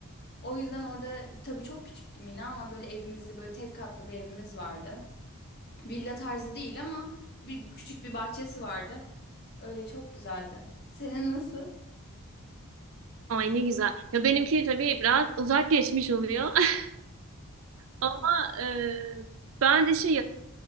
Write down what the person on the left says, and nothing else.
O yüzden orada tabii çok küçüktüm yine ama böyle evimizi böyle tek katlı bir evimiz vardı. Villa tarzı değil ama bir küçük bir bahçesi vardı. Öyle çok güzeldi. Senin nasıl? <laughs>